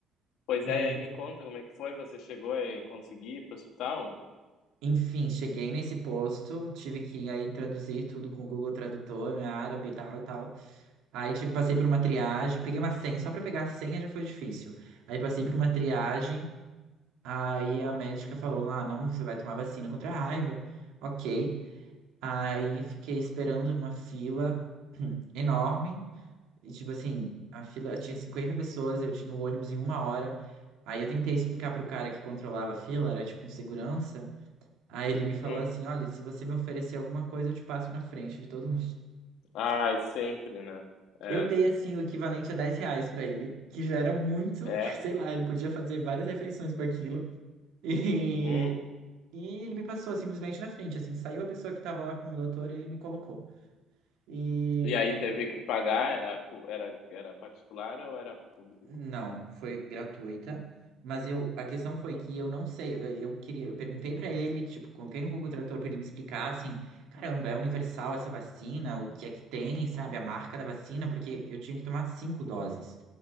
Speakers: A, on the left; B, on the right.
A: Pois
B: E,
A: é, e aí me conta como é que foi, você chegou a eh, conseguir ir pro hospital?
B: enfim, cheguei nesse posto, tive que aí traduzir tudo com o Google Tradutor, né, árabe e tal e tal. Aí tive, passei por uma triagem, peguei uma senha, só para pegar a senha já foi difícil. Aí passei por uma triagem. Aí a médica falou: Ah, não, você vai tomar vacina contra a raiva. Ok. Aí fiquei esperando numa fila <clears throat> enorme. E, tipo assim, a fila tinha 50 pessoas, eu tinha o ônibus em uma hora. Aí eu tentei explicar pro cara que controlava a fila, era tipo um segurança. Aí ele me falou
A: Hum.
B: assim: Olha, se você me oferecer alguma coisa, eu te passo na frente de todo <laughs> mundo.
A: Ai, sempre, né? É.
B: Eu dei assim o equivalente a 10 reais pra ele, que já era muito,
A: É.
B: <laughs> sei lá, ele podia fazer várias refeições com aquilo. E,
A: Hum.
B: <laughs> e ele me passou simplesmente na frente, assim, saiu a pessoa que estava lá com o doutor e ele me colocou. E
A: E aí teve que pagar, era pu- era era particular ou era público?
B: não, foi gratuita, mas eu, a questão foi
A: Olha.
B: que eu não sei, eu, eu queria, eu perguntei pra ele, tipo, coloquei no Google Tradutor pra ele me explicar, assim, caramba, é universal essa vacina, o que é que tem, sabe, a marca da vacina, porque eu tinha que tomar cinco doses.